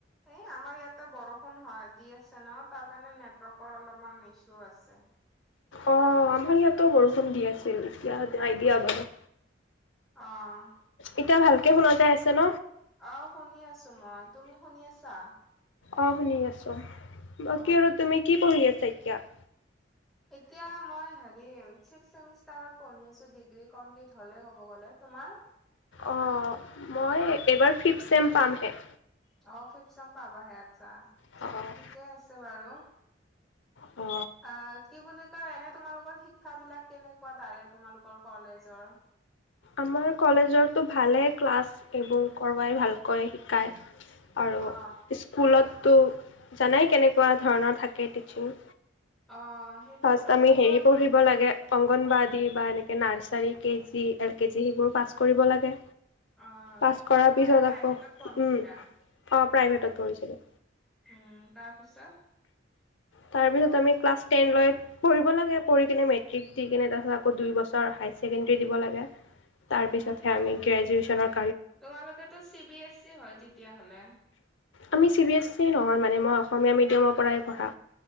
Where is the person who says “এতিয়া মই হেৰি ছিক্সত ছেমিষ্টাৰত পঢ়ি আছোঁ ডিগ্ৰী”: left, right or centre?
Centre